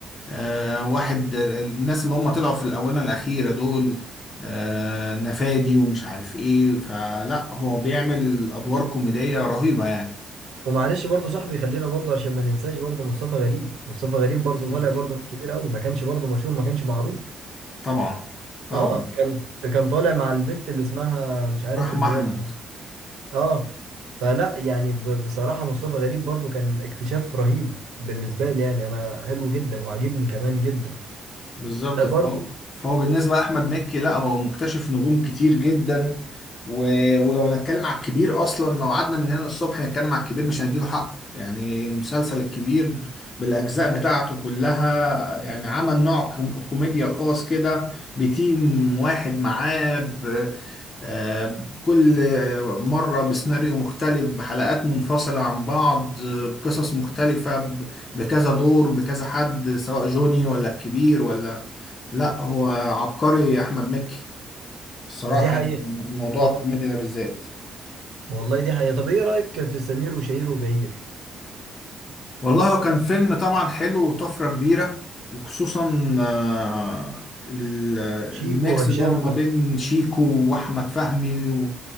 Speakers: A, on the left; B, on the right.
A: آه واحد الناس اللي هم طلعوا في الآونة الأخيرة دول آه نفادي ومش عارف ايه فلا هو بيعمل أدوار كوميدية رهيبة يعني
B: ومعلش برضو صاحبي خلينا برضو عشان ما ننساش برضو مصطفى غريب مصطفى غريب برضو
A: شيء
B: طالع
A: غريب
B: برضو مش كبير قوي ما كانش برضو مشهور ما كانش معروف
A: طبعا طبعا
B: اه كان كان طالع مع البت اللي اسمها مش عارف
A: رحمة
B: اللي
A: أحمد
B: هي اه فلا يعني ب... بصراحه مصطفى غريب برضو كان اكتشاف رهيب بالنسبه لي يعني انا حلو جدا وعاجبني كمان جدا
A: بالظبط
B: آه، برضو
A: فهو فهو بالنسبة لأحمد مكي لا هو مكتشف نجوم كتير جدا و... ولو هنتكلم على الكبير أصلا لو قعدنا من هنا الصبح نتكلم على الكبير مش هنديله حقه يعني مسلسل الكبير بالأجزاء بتاعته كلها يعني عمل نوع كوم... كوميديا خاص كده بتيم واحد معاه ب... آه... كل مرة بسيناريو مختلف بحلقات منفصلة عن بعض آه، بقصص مختلفة ب... بكذا دور بكذا حد سواء جوني ولا الكبير ولا لا هو عبقري احمد مكي الصراحه
B: دي حقيقه
A: يعني موضوع
B: طب
A: الكوميديا ده بالذات
B: والله دي حقيقة طب ايه رأيك في سمير وشهير وبهير
A: والله هو كان فيلم طبعا حلو وطفره كبيره وخصوصا آه، ال-
B: شيكو
A: الميكس
B: وهشام
A: اللي هو ما بين شيكو واحمد فهمي